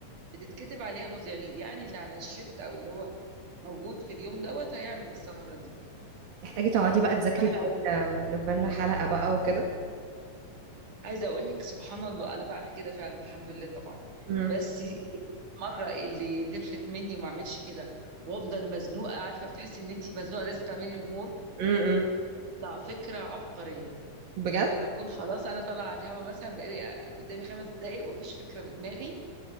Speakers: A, on the right; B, on the right.
A: بتتكتب عليها مذيعين يعني اللي على الشفت او اللي هو موجود في اليوم دوت هيعمل السهرة دي
B: تحتاجي تقعدي بقى تذاكري
A: فاحنا
B: لكل
A: عن-
B: لكل حلقة بقى وكده
A: عايزة اقول لك سبحان الله انا بعمل كده فعلا الحمد لله طبعا
B: امم
A: بس مرة اللي تفلت مني وما اعملش كده وافضل مزنوقه عارفه بتحسي ان انت مزنوقه لازم تعملي الهوم
B: امم
A: تطلع فكرة عبقرية
B: بجد
A: لما أكون خلاص أنا طالعة على الهوا مثلا بقالي قدامي خمس دقايق ومفيش فكرة في دماغي